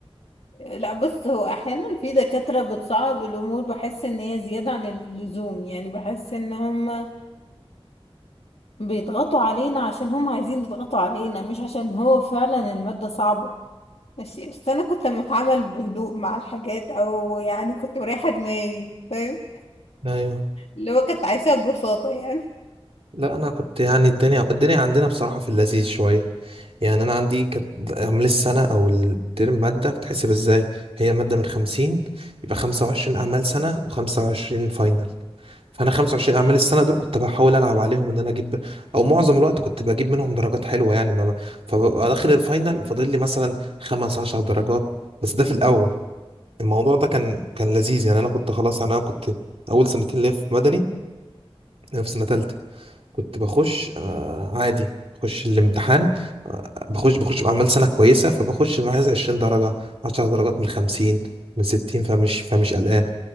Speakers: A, on the left (about 80°); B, on the right (about 70°).
A: لا بص هو احيانا في دكاترة بتصعب الامور بحس ان هي زيادة عن اللزوم يعني بحس ان هم بيضغطوا علينا عشان هم عايزين يضغطوا علينا مش عشان هو فعلا المادة صعبة ماشي بس انا كنت لما اتعامل بهدوء مع الحاجات او يعني كنت مريحة دماغي فاهم
B: ايوه
A: اللي هو كنت عايشة ببساطة يعني
B: لا انا كنت يعني الدنيا الدنيا عندنا بصراحة في اللذيذ شوية يعني انا عندي كانت عمل السنه او الترم ماده بتحسب ازاي هي الماده من 50 يبقى 25 اعمال سنه و25 فاينل فانا 25 اعمال السنه دول كنت بحاول العب عليهم ان انا اجيب او معظم الوقت كنت بجيب منهم درجات حلوه يعني ما ب... فببقى داخل الفاينل وفاضل لي مثلا 5 10 درجات بس ده في الاول الموضوع ده كان كان لذيذ يعني انا كنت خلاص يعني انا كنت اول سنتين ليا في مدني في سنه ثالثه كنت بخش آه، عادي بخش الامتحان آه، بخش بخش بعمل سنة كويسة فبخش بعايز 20 درجة 10 درجات من 50 من 60 فمش فمش قلقان